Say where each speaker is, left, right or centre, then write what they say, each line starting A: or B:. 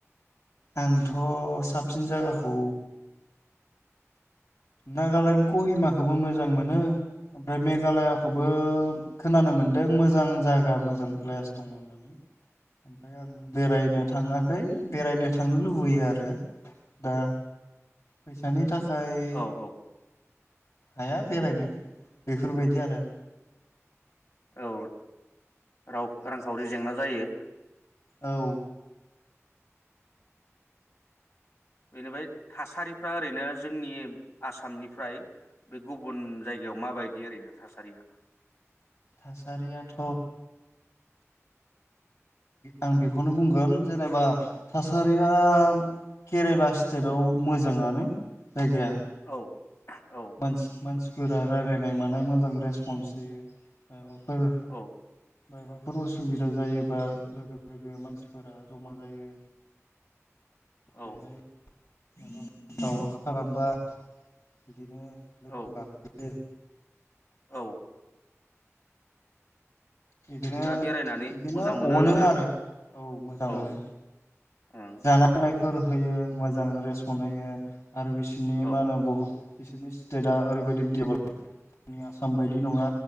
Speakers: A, on the left; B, on the left.
A: आंथ' साबसिन जायगाखौ नागालेण्ड कहिमाखौबो मोजां मोनो ओमफ्राय मेघालयाखौबो खोनानो मोनदों मोजां जागा मोजां प्लेस दङ होननानै ओमफ्राय आं बेरायनो थाङाखै बेरायनो थांनो लुबैयो आरो दा फैसानि थाखाय ओमफाय
B: औ औ
A: हाया बेरायनो बेफोरबायदि आरो
B: औ राव रांखावरि जेंना जायो
A: औ
B: बेनिफ्राय थासारिफ्रा ओरैनो जोंनि आसामनिफ्राय बे गुबुन जायगायाव माबायदि ओरैनो थासारिया
A: थासारियाथ' आं बेखौनो बुंगोन जेनेबा थासारिया केरेला स्टेटाव मोजाङानो जायगाया
B: औ औ
A: मानसि मानसि गोरा रायजलायनाय मानाय मोजां रेसपन्स होयो फोर
B: औ
A: बेफोर उसुबिदा जायोबा लोगो लोगो मानसिफोरा जमा जायो
B: औ
A: बेहाय <unintelligible> दावराव खालामबा बिदिनो लोगो
B: औ
A: लाफैयो
B: औ
A: बिदिनो
B: नोंथाङा बेरायनानै
A: बिदिनो
B: मोजां मोनो
A: अनो
B: आरोना
A: आरो औ मोजां
B: औ
A: मोनो
B: ओं
A: जान <unintelligible> फोर होयो मोजां रेस्पन होयो आरो बिसोरनि
B: औ
A: मा होनो बहुत <unintelligible> बिसोरनि स्टेटआ ओरैबायदि डेभलप जोंनि आसाम बायदि नङा